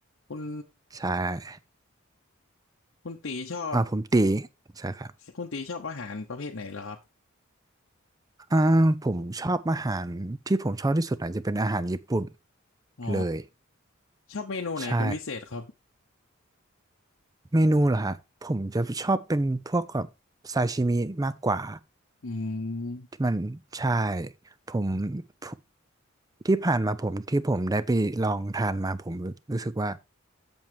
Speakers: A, on the left; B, on the right.
A: คุณ
B: ใช่
A: คุณตีชอบ
B: อ่าผมตี ใช่ครับ
A: คุณตีชอบอาหารประเภทไหนเหรอครับ
B: อ่าผมชอบอาหารที่ผมชอบที่สุดอาจจะเป็นอาหารญี่ปุ่น
A: อ๋อ
B: เลย
A: ชอบเมนูไหนเป็นพิเศษครับ
B: ใช่ เมนูเหรอฮะ ผมจะชอบเป็นพวกแบบซาชิมิมากกว่า
A: อืม
B: ที่มันใช่ผมผมที่ผ่านมาผมที่ผมได้ไปลองทานมาผมรู้สึกว่า